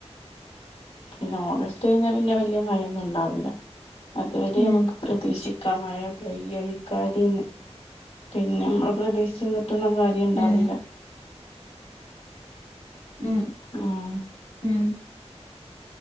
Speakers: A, on the left; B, on the left.
A: പിന്നെ ഓഗസ്റ്റ് കഴിഞ്ഞാൽ പിന്നെ വല്യ മഴയൊന്നും ഉണ്ടാവുല്ല അതുവരെ
B: ഉം
A: നമുക്ക്. പ്രതീക്ഷിക്കാ മയ പയ്യക്കാരിന്ന് പിന്നെ നമ്മ പ്രതീഷ് ചെന്നിട്ടൊന്നും കാര്യം ണ്ടാവില്ല.
B: ഉം ഉം
A: ഉം
B: ഉം